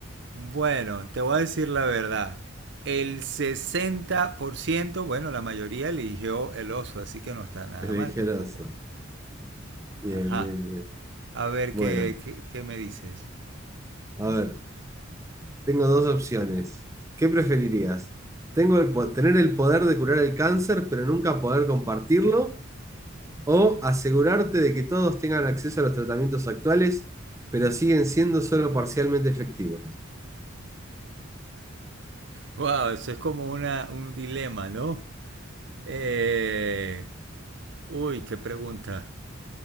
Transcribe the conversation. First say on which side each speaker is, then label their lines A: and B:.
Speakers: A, on the right (about 60°); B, on the right (about 15°).
A: Bueno, te voy a decir la verdad. El 60%, bueno, la mayoría eligió el oso, así que no está nada
B: Elegí
A: mal tampoco.
B: al oso. Bien,
A: Ajá.
B: bien, bien.
A: A ver
B: Bueno,
A: qué, qué, qué me dices.
B: a ver, tengo dos opciones. ¿Qué preferirías? Tengo el, po- tener el poder de curar el cáncer, pero nunca poder compartirlo, o asegurarte de que todos tengan acceso a los tratamientos actuales, pero siguen siendo solo parcialmente efectivos.
A: Wow, eso es como una, un dilema, ¿no? Eh, uy, qué pregunta.